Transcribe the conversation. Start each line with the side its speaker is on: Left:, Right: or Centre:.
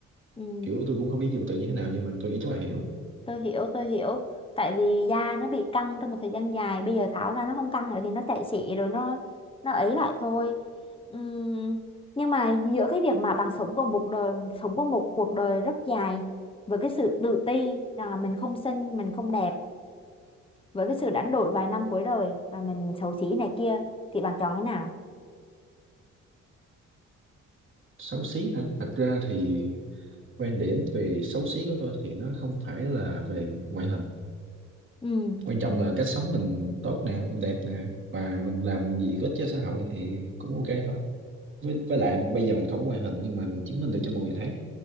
Left: ừ
Right: kiểu tôi cũng không biết dùng từ như thế nào nhưng mà tôi nghĩ chắc bà hiểu
Left: tôi hiểu tôi hiểu tại vì da nó bị căng trong một thời gian dài bây giờ tháo ra nó không căng nữa thì nó chạy xị rồi nó nó ấy lại thôi Ừm, nhưng mà giữa cái việc mà bạn sống qua một đời sống qua một cuộc đời rất dài với cái sự tự ti rằng là mình không xinh mình không đẹp với cái sự đánh đổi vài năm cuối đời mà mình xấu xí này kia thì bạn chọn cái nào
Right: xấu xí hả thật ra thì quan điểm về xấu xí của tôi thì nó không phải là về ngoại hình
Left: ừ.
Right: quan trọng là cách sống mình tốt nè mình đẹp nè và mình làm gì có ích cho xã hội thì cũng ok thôi với, với lại bây giờ mình không có ngoại hình nhưng mà mình chứng minh được cho mọi người thấy